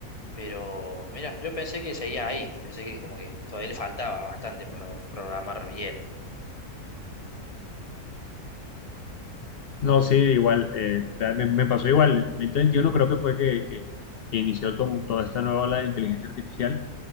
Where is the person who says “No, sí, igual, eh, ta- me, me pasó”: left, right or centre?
Left